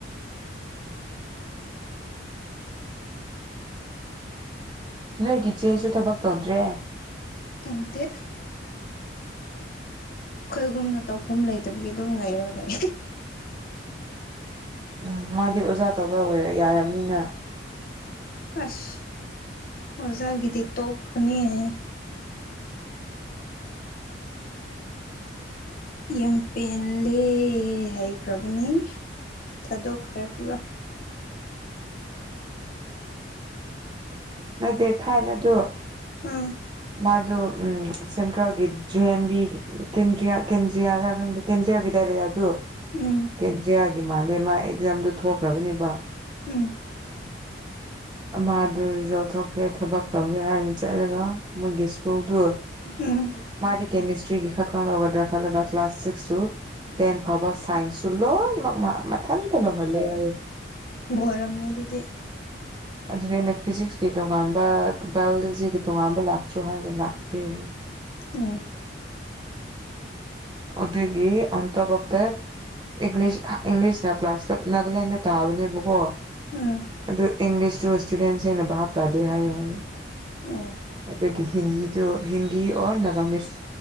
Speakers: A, on the right; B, on the left.
A: ꯅꯣꯏꯒꯤ ꯏꯆꯦꯁꯨ ꯊꯕꯛ ꯇꯧꯗ꯭ꯔꯦ
B: ꯇꯧꯗꯦ ꯑꯩꯈꯣꯏꯒꯨꯝꯅ ꯇꯧꯐꯝ ꯂꯩꯇꯕꯒꯤ ꯑꯗꯨꯝ ꯉꯥꯏꯔꯒ ꯂꯩ
A: ꯎꯝ ꯃꯥꯗꯤ ꯑꯣꯖꯥ ꯇꯧꯕ ꯑꯣꯏ ꯌꯥꯔꯕꯅꯤꯅ
B: ꯑꯁ ꯑꯣꯖꯥꯒꯤꯗꯤ ꯇꯣ ꯀꯅꯤ ꯍꯥꯏ ꯌꯥꯝ ꯄꯦꯟꯂꯦ ꯍꯩꯈ꯭ꯔꯕꯅꯤ ꯊꯥꯗꯣꯛꯈ꯭ꯔꯦ ꯄꯨꯔꯥ
A: ꯅꯠꯇꯦ ꯊꯥꯏꯅꯗꯣ
B: ꯎꯝ
A: ꯃꯥꯗꯨ ꯎꯝ ꯁꯦꯟꯇ꯭ꯔꯦꯜꯒꯤ ꯖꯦ ꯑꯦꯟꯕꯤ ꯀꯦꯟꯗꯌꯥ ꯀꯦꯟꯗ꯭ꯔꯤꯌꯥꯔ ꯈꯪꯗꯦ ꯀꯦꯟꯗ꯭ꯔꯤꯌꯥ ꯕꯤꯗꯥꯏꯂꯌꯥꯗꯨ
B: ꯎꯝ
A: ꯀꯦꯟꯗ꯭ꯔꯤꯌꯥꯒꯤ ꯃꯥꯜꯂꯦ ꯃꯥ ꯑꯦꯛꯖꯥꯝꯗꯨ ꯊꯣꯛꯈ꯭ꯔꯕꯅꯦꯕ
B: ꯎꯝ
A: ꯃꯥꯗꯨ ꯌꯧꯊꯣꯛꯈꯦ ꯊꯕꯛ ꯇꯧꯒꯦ ꯍꯥꯏꯅ ꯆꯠꯂꯒ ꯃꯣꯏꯒꯤ ꯁ꯭ꯀꯨꯜꯗꯨ
B: ꯎꯝ
A: ꯃꯥꯗꯤ ꯀꯦꯃꯤꯁꯇ꯭ꯔꯤꯒꯤ ꯈꯔ ꯈꯪ ꯂꯧꯒꯗ꯭ꯔꯥ ꯈꯜꯂꯒ ꯀ꯭ꯂꯥꯁ ꯁꯤꯛꯁ ꯇꯨ ꯇꯦꯟ ꯐꯥꯎꯕꯥ ꯁꯥꯏꯟꯁꯨ ꯂꯣꯏꯅꯃꯛ ꯃꯥ ꯃꯊꯟꯇ ꯂꯧꯍꯜꯂꯦ ꯍꯥꯏꯑꯦ
B: ꯋꯥꯔꯝꯅꯤ ꯑꯗꯨꯗꯤ
A: ꯑꯗꯨꯗ ꯑꯩꯅ ꯐꯤꯖꯤꯛꯁꯀꯤ ꯇꯣꯉꯥꯟꯕ ꯕꯥꯏꯑꯣꯂꯣꯖꯤꯒꯤ ꯇꯣꯉꯥꯟꯕ ꯂꯥꯛꯇ꯭ꯔꯣ ꯍꯥꯏꯔꯒ ꯂꯥꯛꯇꯦꯌꯦ
B: ꯎꯝ
A: ꯍꯧꯗꯒꯤ ꯑꯟ ꯇꯐꯇ ꯏꯪꯂꯤꯁ ꯏꯪꯂꯤꯁꯅ ꯀ꯭ꯂꯥꯁꯇ ꯅꯥꯒꯂꯦꯟꯗ ꯇꯥꯕꯅꯦꯕꯀꯣ
B: ꯎꯝ
A: ꯑꯗꯨ ꯏꯪꯂꯤꯁꯇꯨ ꯏꯁꯇꯨꯗꯦꯟꯁꯤꯡꯅ ꯚꯥꯞ ꯇꯥꯗꯦ ꯍꯥꯏ ꯍꯥꯏ
B: ꯎꯝ
A: ꯑꯗꯨꯒꯤ ꯍꯤꯟꯗꯤꯗꯨ ꯍꯤꯟꯗꯤ ꯑꯣꯔ ꯅꯅꯥꯒꯥꯃꯤꯁ